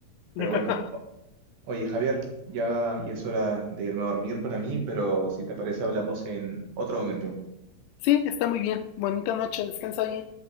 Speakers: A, on the right; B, on the left.
A: Pero
B: <laughs>
A: bueno, oye, Javier, ya, ya es hora de irme a dormir para mí, pero si te parece hablamos en otro momento.
B: Sí, está muy bien. Bonita noche, descansa bien.